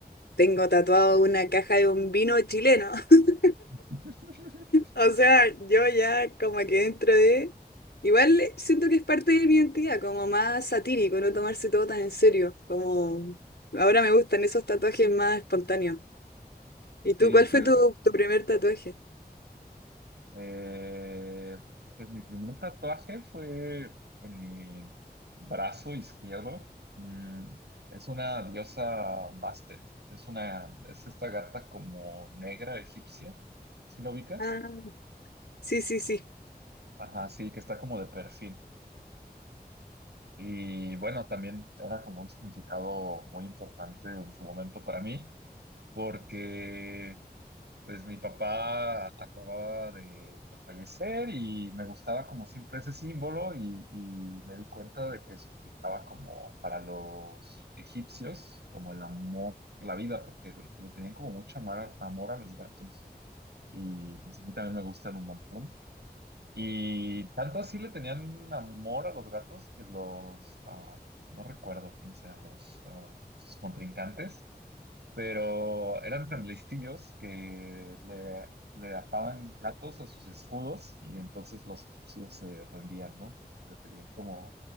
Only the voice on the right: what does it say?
<laughs>
Sí,
que
Eh, pues mi primer tatuaje fue en mi brazo izquierdo. Mm, es una diosa Bastet. Es una, es esta gata como negra egipcia. ¿Sí lo ubicas?
Ajá, sí, que está como de perfil. Y bueno, también era como un significado muy importante en su momento para mí, porque Pues mi papá acababa de, de fallecer y me gustaba como siempre ese símbolo y, y me di cuenta de que significaba como para los egipcios, como el amor, la vida, porque le tenían como mucho amor, amor a los gatos y pues a mí también me gustan un montón. Y tanto así le tenían amor a los gatos que los, ah, no recuerdo quiénes eran los, ah, sus contrincantes pero eran tan listillos que le, le ataban gatos a sus escudos y entonces los egipcios se rendían, ¿no? Porque preferían como,